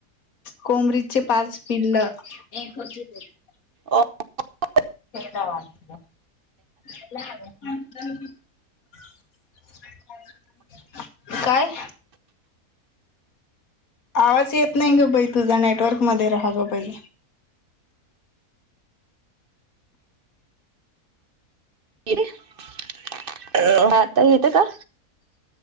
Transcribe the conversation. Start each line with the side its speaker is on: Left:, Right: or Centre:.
Left: कोमरीचे पाच पिल्ल <unintelligible>
Right: ओ <unintelligible>
Left: <unintelligible> लागल पण <unintelligible> काय? आवाज येत नाई ग बई तुझा, नेटवर्क मध्ये रहा ग बई
Right: <unintelligible> अ आता येत का?